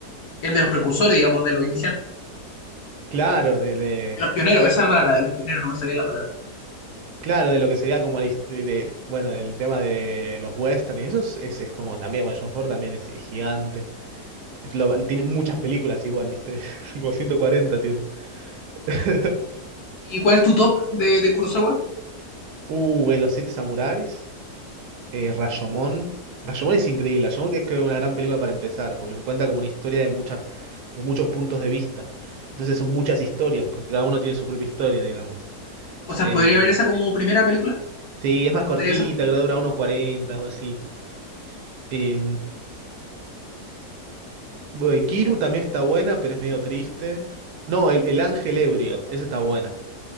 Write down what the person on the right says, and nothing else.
Claro, de, de-
claro, de lo que sería como la hist- de, bueno, del tema de los western y eso es, es, es como también, bueno, John Ford también es, es gigante. Es lo- tiene muchas películas igual, ¿viste? <laughs> Como 140 tiene. <laughs>
Uh, eh, Los Siete Samuráis, eh, Rashomon. Rashomon es increíble. Rashomon es creo una gran película para empezar, porque se cuenta como una historia de muchas, de muchos puntos de vista. Entonces son muchas historias, porque cada uno tiene su propia historia, digamos.
Eh,
Sí, es
más
cortita,
creo que dura 1.40, algo así. Eh, bueno, Kiru también está buena, pero es medio triste. No, el, el Ángel Ebrio, esa está buena.